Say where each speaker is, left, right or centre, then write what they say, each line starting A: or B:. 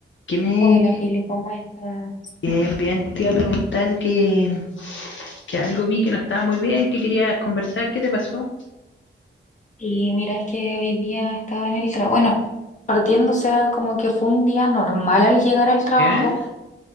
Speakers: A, on the left; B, on the left.
A: Que me,
B: Hola
A: que,
B: Pili, ¿cómo estás?
A: bien, bien, te iba a preguntar que, que algo vi que no estaba muy bien, que querías conversar, ¿qué te pasó?
B: Y mira, es que hoy día estaba en el trabajo, bueno, partiendo, o sea, como que fue un día normal al llegar al trabajo
A: ¿Ya?